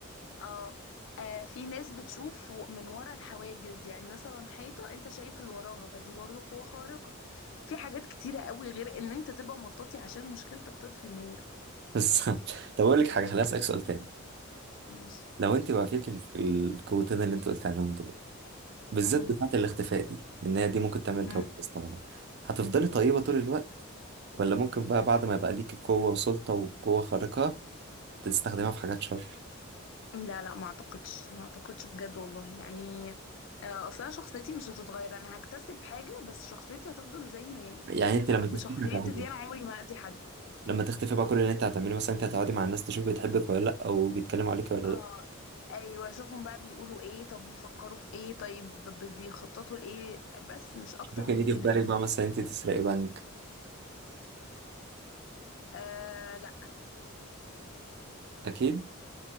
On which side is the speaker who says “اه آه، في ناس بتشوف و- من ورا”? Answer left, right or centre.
Left